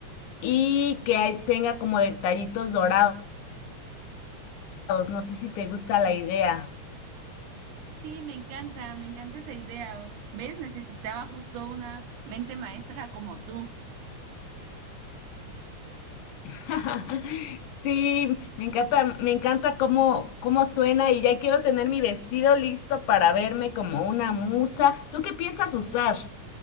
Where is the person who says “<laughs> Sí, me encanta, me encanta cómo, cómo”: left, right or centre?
Left